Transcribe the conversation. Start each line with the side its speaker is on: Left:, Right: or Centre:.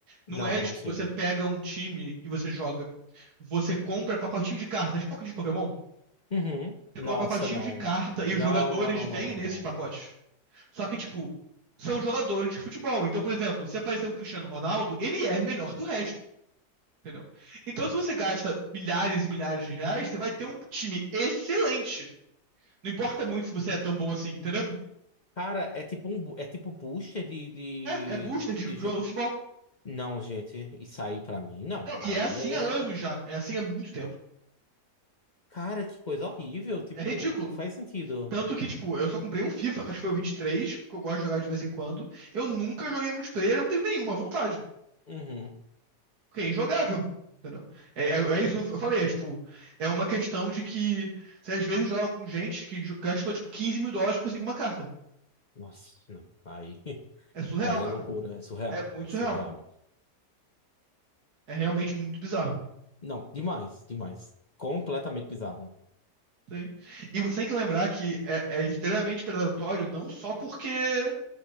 Left: não,
Right: não é,
Left: não
Right: tipo,
Left: sei.
Right: você pega um time e você joga. Você compra pacotinho de cartas, tipo pacote de Pokémon.
Left: Uhum.
Right: Você
Left: Nossa,
Right: compra pacotinho
Left: não.
Right: de carta e
Left: Não,
Right: os jogadores
Left: não, não,
Right: vêm
Left: não, não,
Right: nesses
Left: não.
Right: pacotes. Só que, tipo, são jogadores de futebol. Então, por exemplo, se aparecer um Cristiano Ronaldo, ele é melhor que o resto, entendeu? Então, se você gasta milhares e milhares de reais, você vai ter um time excelente. Não importa muito se você é tão bom assim, entendeu?
Left: Cara, é tipo um bu- é tipo um booster de, de,
Right: É, é booster de jogador
Left: de jogo.
Right: de futebol.
Left: Não, gente, isso aí pra mim não.
Right: Não,
Left: Aí
Right: e é assim
Left: é.
Right: há anos já. É assim há muito tempo.
Left: Cara, que coisa horrível. Tipo,
Right: É ridículo.
Left: não faz sentido.
Right: Tanto que, tipo, eu só comprei um FIFA, que acho que foi o 23 que eu gosto de jogar de vez em quando. Eu nunca joguei multiplayer, eu não tenho nenhuma vontade.
Left: Uhum.
Right: Porque é injogável. Entendeu? É, é, é isso que eu falei, é tipo, é uma questão de que você às vezes joga com gente que jo- gastou tipo 15 mil dólares pra conseguir uma carta.
Left: Nossa, não. Aí, <laughs>
Right: É surreal,
Left: aí
Right: cara.
Left: é loucura, é surreal.
Right: É muito
Left: É surreal.
Right: surreal. É realmente muito bizarro.
Left: Não, demais, demais. Completamente bizarro.
Right: Sim. E você tem que lembrar que é, é extremamente predatório, não só porque